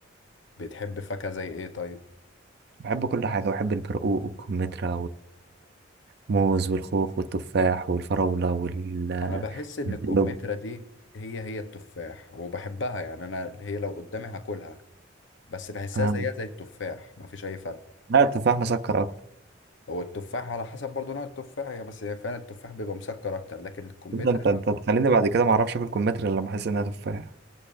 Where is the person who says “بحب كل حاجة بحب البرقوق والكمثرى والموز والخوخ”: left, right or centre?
Right